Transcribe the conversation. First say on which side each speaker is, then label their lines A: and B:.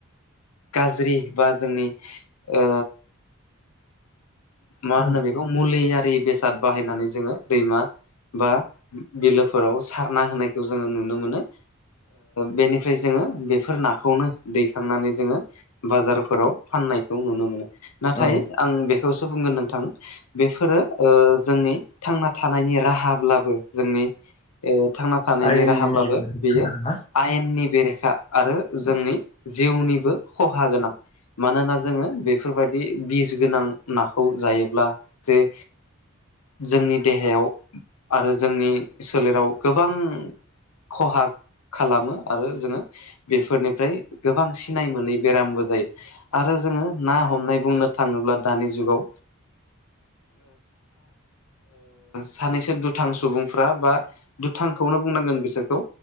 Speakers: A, on the left; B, on the left.
A: गाज्रि बा जोंनि ओ मा
B: उम
A: होनो बेखौ मुलि आरि बेसाद बाहायनानै जोङो दैमा बा बिलोफोराव सारना होनायखौ जोङो नुनो मोनो। बेनिफ्राय जोङो बेफोर नाखौनो दैखांनानै जोङो बाजारफोराव फाननायखौ नुनो मोनो नाथाय
B: औ
A: आं बेखौसो बुंगोन नोंथां बेफोरो जोंनि थांना थानायनि राहाब्लाबो जोंनि थांना थानायनि
B: आयेननि
A: राहाब्लाबो
B: ना
A: बेयो आयेननि बेरेखा आरो जोंनि
B: औ
A: जिउनिबो खहा गोनां मानोना जोङो बेफोरबायदि बिस गोनां नाखौ जायोब्ला जे जोंनि देहायाव आरो जोंनि सोलेराव गोबां खहाग खालामो आरो जोङो बेफोरनिफ्राय गोबां सिनाय मोनै बेरामबो जायो। आरो जोङो ना हमनाय बुंनो थाङोब्ला दानि जुगाव सानैसो दुथां सुबुंफ्रा बा दुथांखौनो बुंनांगोन बिसोरखौ